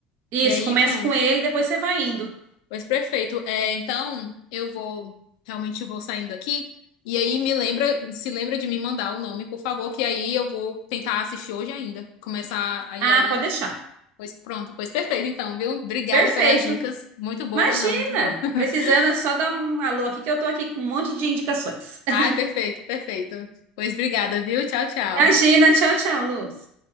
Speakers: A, on the right (about 60°); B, on the left (about 70°).
A: Isso,
B: E aí,
A: começa
B: pronto.
A: com ele, depois você vai indo.
B: Pois perfeito. É, então, eu vou, realmente vou saindo aqui. E aí, me lembra, se lembra de me mandar o nome, por favor, que aí eu vou tentar assistir hoje ainda. Começar, aí
A: Ah,
B: aí
A: pode deixar.
B: Pois pronto, pois perfeito então, viu? Obrigada
A: Perfeito.
B: pelas dicas. Muito boa,
A: Imagina!
B: não, muito boa. <laughs>
A: Precisando é só dar um alô aqui, que eu tô aqui com um monte de indicações. <laughs>
B: Ai, perfeito, perfeito. Pois obrigada, viu? Tchau, tchau.
A: Imagina, tchau, tchau, Luz.